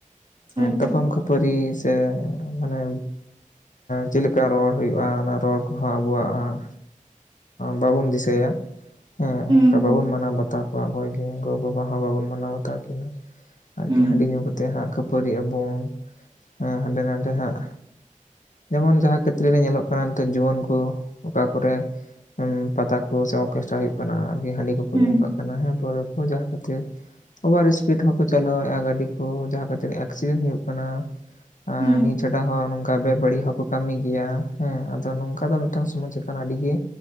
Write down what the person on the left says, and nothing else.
ᱛᱟᱯᱟᱢ ᱠᱷᱟᱹᱯ ᱯᱟᱹᱨᱤ ᱥᱮ ᱢᱟᱱᱮ ᱪᱮᱫ ᱞᱮᱠᱟ ᱨᱚᱲ ᱦᱩᱭᱩᱜᱼᱟ, ᱚᱱᱟ ᱨᱚᱲ ᱠᱚᱦᱚᱸ ᱟᱵᱚᱣᱟᱜ ᱵᱟᱵᱚᱱ ᱫᱤᱥᱟᱹᱭᱟ ᱦᱮᱸ
ᱚᱱᱠᱟ ᱵᱟᱵᱚᱱ ᱢᱟᱱᱟᱣ ᱵᱟᱛᱟᱣ ᱚᱠᱚᱭ ᱜᱮ ᱜᱚᱼᱵᱟᱵᱟ ᱦᱚᱸ ᱵᱟᱵᱚᱱ ᱢᱟᱱᱟᱣ ᱵᱟᱛᱟᱣ ᱠᱤᱱᱟ᱾ ᱟᱨᱠᱤ
ᱦᱟᱺᱰᱤ ᱧᱩ ᱠᱟᱛᱮ ᱦᱟᱸᱜ ᱠᱷᱟᱹᱯᱟᱹᱨᱤᱜ ᱟᱵᱚᱱ ᱦᱟᱸᱰᱮ ᱱᱟᱰᱮ ᱦᱟᱸᱜ ᱡᱮᱢᱚᱱ ᱡᱟᱦᱟᱸ ᱠᱷᱮᱛᱨᱮ ᱨᱮ ᱧᱮᱞᱚᱜ ᱠᱟᱱᱟ ᱱᱤᱛᱚᱜ ᱡᱩᱣᱟᱹᱱ ᱠᱚ ᱚᱠᱟ ᱠᱚᱨᱮ ᱯᱟᱛᱟ ᱠᱚ ᱥᱮ ᱚᱨᱠᱮᱥᱴᱟᱨ ᱦᱩᱭᱩᱜ ᱠᱟᱱᱟ ᱟᱨᱠᱤ ᱦᱟᱺᱰᱤ ᱠᱚᱠᱚ
ᱧᱩ ᱠᱟᱜ ᱠᱟᱱᱟᱸ ᱦᱮᱸ ᱯᱟᱣᱨᱟᱹ ᱠᱚ ᱡᱟᱦᱟᱸ ᱠᱷᱟᱹᱛᱤᱨ ᱚᱵᱷᱟᱨ ᱤᱥᱯᱤᱰ ᱦᱚᱸᱠᱚ ᱪᱟᱞᱟᱣᱮᱜᱼᱟ ᱜᱟᱹᱰᱤ ᱠᱚ, ᱡᱟᱦᱟᱸ ᱠᱷᱟᱹᱛᱤᱨ ᱮᱠᱥᱤᱰᱮᱱᱴ ᱦᱩᱭᱩᱜ ᱠᱟᱱᱟ᱾ ᱟᱨ
ᱱᱤᱛ ᱪᱷᱟᱰᱟ ᱦᱚᱸ ᱱᱚᱝᱠᱟ ᱵᱮ ᱵᱟᱹᱲᱤᱡ ᱦᱚᱸᱠᱚ ᱠᱟᱹᱢᱤ ᱜᱮᱭᱟ, ᱦᱮᱸ ᱟᱫᱚ ᱱᱚᱝᱠᱟ ᱫᱚ ᱢᱤᱫᱴᱟᱝ ᱥᱚᱢᱟᱡᱽ ᱪᱮᱛᱟᱱ ᱟᱹᱰᱤ ᱜᱮ